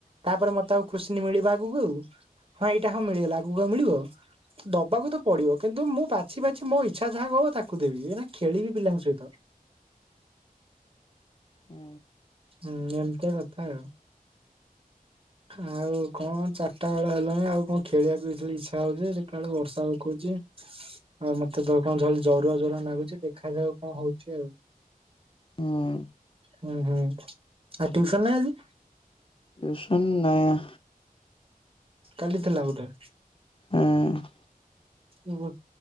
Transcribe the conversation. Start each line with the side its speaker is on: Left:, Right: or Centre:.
Right: ତାପରେ ମତେ ଆଉ କୋସଚୀନ ମିଳିବା ପୃବରୁ ହଁ ଏଇଟା ହଁ ମିଳିଗଲା ଆଗକୁ ଆଉ ମଳିବ। ଦବାକୁ ତ ପଡିବ କିନ୍ତୁ ମୁଁ ବାଛି ବାଛି ମୋ ଇଚ୍ଛା ଯାହାକୁ ହବ ତାକୁ ଦେବି ଖେଳିବି ପିଲାଙ୍କ ସହିତ।
Left: ହୁଁ।
Right: ହୁଁ ଏମ୍ ତିଆ କଥା ଆଉ। ଆଉ କଣ ଚାରିଟା ବେଳ ହେଲାଣି ଆଉ କଣ ଖେଳିବା କୁ ଯିବାକୁ ଇଛା ହଉଛି ଦେଖିଲାବେଳକୁ ବର୍ଷା ପକୋଉଛି। ଆଉ ମତେ କଣ ଜରୁଆ ଜରୁରା ଲାଗୁଛି ଦେଖାଯାଉ କଣ ହଉଛି ଆଉ।
Left: ହୁଁ
Right: ହୁଁ ହୁଁ ଆ ଟିୟୁସନ ନାଇଁ ଆଜି?
Left: ଟିୟୁସନ୍ ନାଇଁ।
Right: କାଲି ଥିଲା ଗୋଟେ।
Left: ହୁଁ।
Right: ଇମୁ।